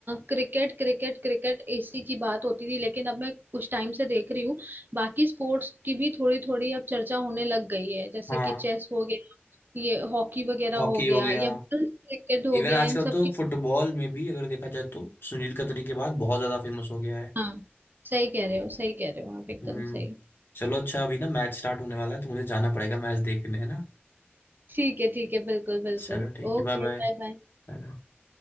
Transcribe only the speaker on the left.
हाँ
हॉकी
हो
गया
इवन
आजकल
तो
फुटबॉल में भी अगर देखा जाए तो सुनील कतरी के बाद बहुत ज्यादा फेमस हो गया है
हम्म
चलो अच्छा अभी ना मैच स्टार्ट होने वाला है तो मुझे जाना पड़ेगा मैच देखने है ना
चलो ठीक
है बाय
बाय